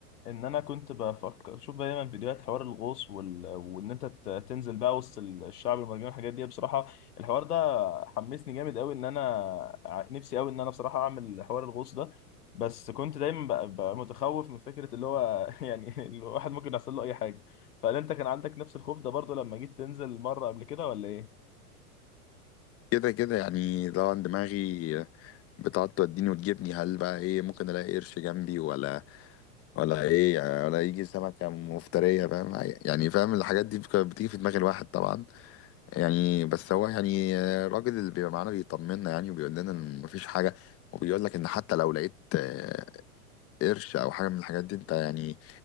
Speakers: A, on the left (about 80°); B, on the left (about 30°).
A: إن انا كنت بفكر اشوف دايما فيديوهات حوار الغوص وال... وان انت ت- تنزل بقى وسط ال- الشعب المرجاني والحاجات دي بصراحه الحوار ده حمسني جامد قوي ان انا ع- نفسي قوي ان انا بصراحه اعمل حوار الغوص ده بس كنت دايما بقى, بقى متخوف من فكره اللي هو <laughs> يعني الواحد ممكن يحصل له اي حاجه فهل انت كان عندك نفس الخوف ده برضه لما جيت تنزل مره قبل كده ولا ايه؟
B: كده كده يعني لو عن دماغي بتقعد توديني وتجيبني هل بقى ايه ممكن الاقي قرش جنبي ولا ولا ايه يعني ولا يجي سمكه مفتريه فاهم يعني فاهم الحاجات دي بتيجي في دماغ الواحد طبعا يعني بس هو يعني الراجل اللي بيبقى معانا بيطمنا يعني وبيقول لنا ان مفيش حاجه وبيقول لك ان حتى لو لقيت آه، قرش او حاجه من الحاجات دي انت يعني